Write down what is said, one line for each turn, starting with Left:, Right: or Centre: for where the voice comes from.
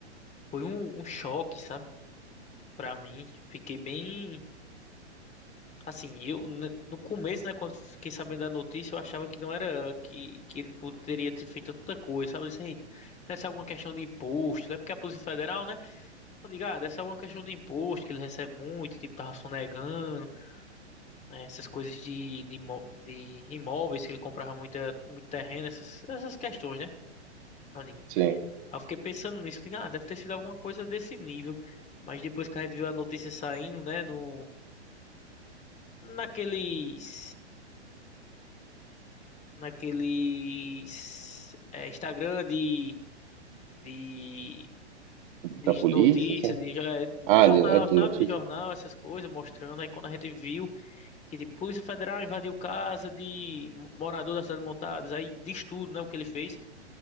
Left: foi um, um choque, sabe? Pra mim, fiquei bem. Assim, eu n- no começo, né, quando fiquei sabendo da notícia, eu achava que não era que, que ele poderia ter feito tanta coisa, sabe? Eu disse, "Eita, deve ser alguma questão de imposto, né? Porque a Polícia Federal, né? Eu digo, ah, deve ser alguma questão de imposto, que ele recebe muito, tipo, tava sonegando, né, essas coisas de, de, imó- de imóveis, que ele comprava muita, muito terreno, essas, essas questões, né? Eu digo,
Right: Sim.
Left: Aí eu fiquei pensando nisso, digo, ah, deve ter sido alguma coisa desse nível. Mas depois que a gente viu a notícia saindo, né, no. naqueles naqueles é, Instagram de, de de
Right: Da polícia,
Left: notícias
Right: sim.
Left: de, jo- é, de
Right: Ah,
Left: jornal
Right: de, a de
Left: sabe
Right: notícia?
Left: de jornal essas coisas mostrando aí quando a gente viu que tipo, Polícia Federal invadiu casa de morador da cidade Montadas aí diz tudo né o que ele fez